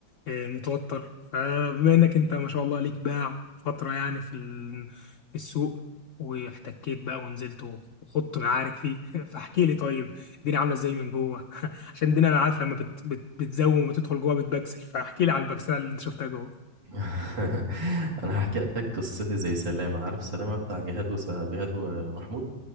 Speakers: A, on the left; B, on the right.
A: آه، متوتر فبما انك انت ما شاء الله ليك باع فترة يعني في ال- في السوق واحتكيت بقى ونزلت وخضت معارك فيه <laughs> فاحكي لي طيب الدنيا عامله ازاي من جوه <laughs> عشان الدنيا انا عارف لما بت بت بتزوم وتدخل جوه بتبكسل فاحكي لي عن البكسله اللي انت شفتها جوه
B: <laughs> انا هحكي لك قصتي زي سلامه عارف سلامه بتاع جهاد وس... جهاد ومحمود